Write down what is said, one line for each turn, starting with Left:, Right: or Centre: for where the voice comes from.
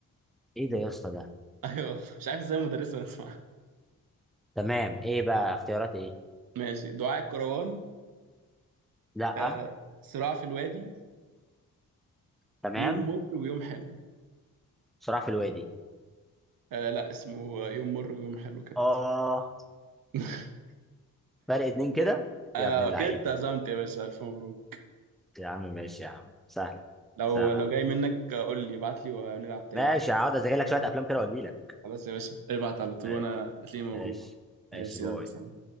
Centre: ايه ده يا اسطى ده
Right: <laughs> ايوه مش عارف ازاي مدرسه ما بتسمعش
Centre: تمام ايه بقى اختيارات ايه
Right: ماشي دعاء الكروان
Centre: لا
Right: آه صراع في الوادي
Centre: تمام
Right: يوم مر ويوم حلو
Centre: صراع في الوادي
Right: آه لا اسمه يوم مر ويوم حلو كابتن
Centre: اه
Right: <laughs>
Centre: فرق اتنين كده
Right: آه
Centre: يا ابن اللعيبة
Right: كده اتعزمت يا باشا ألف مبروك
Centre: يا عم ماشي يا عم سهل
Right: لو
Centre: سهل
Right: لو
Centre: يا عم
Right: جاي منك آه، قول لي ابعت لي ونلعب تاني
Centre: ماشي هقعد اذاكر لك شويه افلام كده واجي لك
Right: خلاص يا باشا ابعت على طول
Centre: ماشي
Right: وأنا هتلاقيني موجود
Centre: ماشي
Right: ماشي
Centre: ماشي، باي
Right: يلا سلام